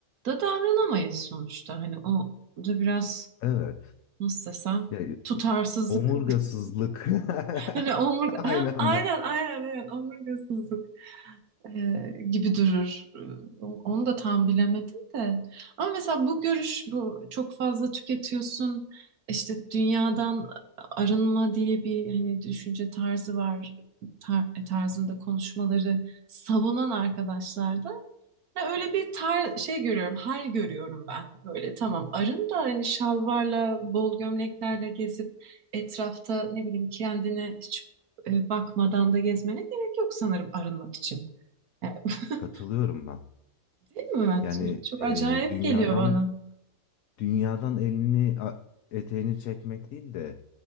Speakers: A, on the right; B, on the left.
A: da davranamayız sonuçta. Hani o da biraz
B: Evet.
A: nasıl desem
B: Ya,
A: tutarsızlık
B: omurgasızlık. <laughs>
A: Hani omurga,
B: Aynı
A: Ha,
B: anda.
A: aynen aynen evet omurgasızlık e, gibi durur. E, o- Onu da tam bilemedim de. Ama mesela bu görüş bu çok fazla tüketiyorsun. işte dünyadan arınma diye bir hani düşünce tarzı var tar- e, tarzında konuşmaları savunan arkadaşlar da ya Öyle bir tar şey görüyorum, hal görüyorum ben. Böyle tamam arın da hani şalvarla, bol gömleklerle gezip etrafta ne bileyim kendine hiç e, bakmadan da gezmene gerek yok sanırım arınmak için. Yani, <laughs>
B: Katılıyorum ben.
A: değil mi Mert?
B: Yani
A: Çok
B: e,
A: acayip
B: dünyadan
A: geliyor bana.
B: dünyadan elini a- eteğini çekmek değil de